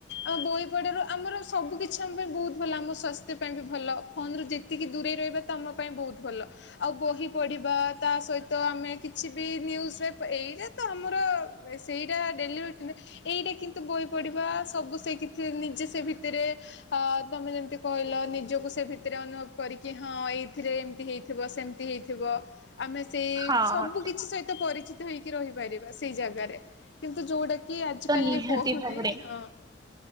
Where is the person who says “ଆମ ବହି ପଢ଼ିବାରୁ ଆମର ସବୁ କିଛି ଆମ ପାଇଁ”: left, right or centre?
Left